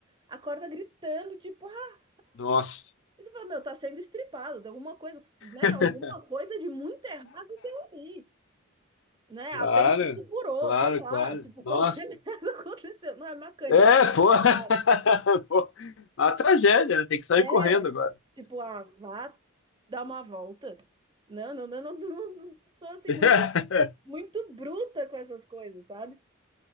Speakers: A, on the right; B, on the left.
A: acorda gritando, tipo, ah,
B: Nossa.
A: e você fala, meu, tá sendo estripado, tem alguma coisa, né?
B: <laughs>
A: Alguma coisa de muito errado tem ali. né?
B: Claro,
A: Apêndice furou,
B: claro,
A: sei lá,
B: claro.
A: tipo,
B: Nossa.
A: qualquer <laughs> merda aconteceu. Não é macãibra.
B: É, pô. <laughs>
A: Vá-
B: Pô, A tragédia, né? Tem que sair
A: É,
B: correndo agora.
A: tipo, ah, vá dar uma volta. Não, não, não, não, não, não, sou assim
B: <laughs>
A: muito, muito bruta com essas coisas, sabe?